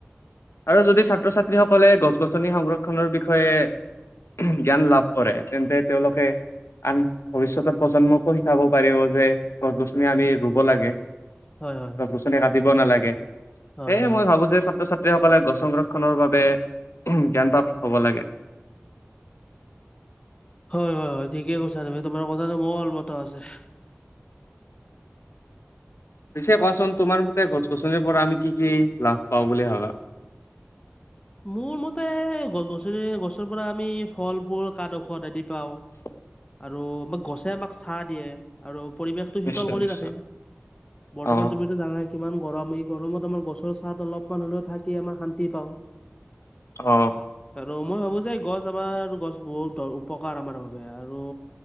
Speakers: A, on the left; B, on the left.
A: আৰু যদি ছাত্ৰ- ছাত্ৰীসকলে গছ- গছনি সংৰক্ষণৰ বিষয়ে জ্ঞান লাভ কৰে, তেন্তে তেওঁলোকে আন ভৱিষ্যতৰ প্ৰজন্মকো শিকাব পাৰিব যে, গছ- গছনি আমি ৰুব লাগে।
B: হয়- হয়।
A: গছ গছনি কাটিব নালাগে।
B: হয়
A: সেয়হে
B: হয়
A: মই ভাবো যে ছাত্ৰ- ছাত্ৰীসকলে গছ সংৰক্ষণৰ বাবে জ্ঞানপ্ৰাপ্ত হ'ব লাগে।
B: হয়- হয়- হয়, ঠিকেই কৈছা তুমি। তোমাৰ কথাটো মোৰ অল মত আছে।
A: পিছে কোৱাচোন তুমাৰ মতে গছ- গছনিৰ পৰা আমি কি কি লাভ পাওঁ বুলি ভাবা?
B: মোৰ মতে গছ- গছনি- গছৰ পৰা আমি ফল, ফুল, কাঠ, ঔষধ আদি পাওঁ।
A: <unintelligible>
B: আৰু আমাক গছে আমাক চাহ দিয়ে। আৰু পৰিৱেশতটো শীতল
A: নিশ্চয়
B: কৰি
A: নিশ্চয়
B: ৰাখে বৰ্তমান
A: অ
B: যদি জানাই কিমান গৰম। এই গৰমত আমাৰ গছৰ চাত অলপমান হলেও থাকি আমাৰ শান্তি পাওঁ।
A: অঁ।
B: আৰু মই ভাবো যে, গছ আমাৰ গছ বহুত উপকাৰ আমাৰ বাবেই আৰু।